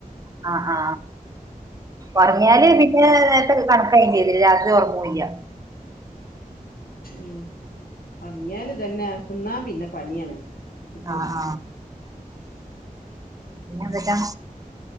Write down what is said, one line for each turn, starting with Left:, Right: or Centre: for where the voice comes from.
Right: ആ ആ ഒറ്ങ്ങിയാല് പിന്നെ നേരത്ത്‌ കണക്കായിം ചെയ്ത് രാത്രി ഒറ്ങ്ങുല്ല
Left: ഉം ഒറ്ങ്ങിയാല് ഇതന്നെ തിന്നാ പിന്നെ പണിയാണ് ഇക്ക്
Right: ആ ആ <unintelligible>